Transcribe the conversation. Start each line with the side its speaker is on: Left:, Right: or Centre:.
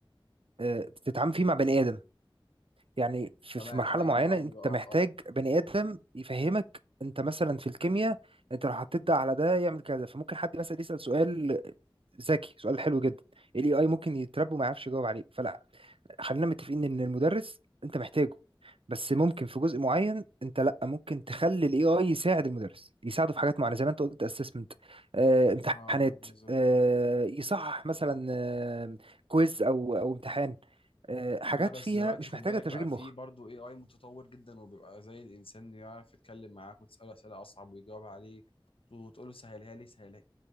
Right: آه، تتعامل فيه مع بني ادم يعني في
Left: تمام
Right: في مرحلة
Left: ايوه
Right: معينة
Left: ايوه
Right: انت
Left: اه
Right: محتاج
Left: اه
Right: بني آدم يفهمك انت مثلا في الكيمياء انت لو حطيت ده على ده يعمل كذا فممكن حد مثلا يسأل سؤال ذكي سؤال حلو جدا الاي اي ممكن يتربى وما يعرفش يجاوب عليه فلا خلينا متفقين ان المدرس انت محتاجه بس ممكن في جزء معين انت لا ممكن تخلي الاي اي يساعد المدرس يساعده في حاجات معينة زي ما انت قلت اسسمنت آه امتحانات
Left: اه بالظبط
Right: آه يصحح مثلا آه كويز او او امتحان آه، حاجات
Left: لا بس
Right: فيها
Left: دلوقتي
Right: مش
Left: خد
Right: محتاجة
Left: بالك
Right: تشغيل
Left: بقى فيه
Right: مخ
Left: برضه اي اي متطور جدا وبيبقى زي الانسان يعرف يتكلم معاك وتساله اسئله اصعب ويجاوب عليك وتقول له سهلها لي سهلها لي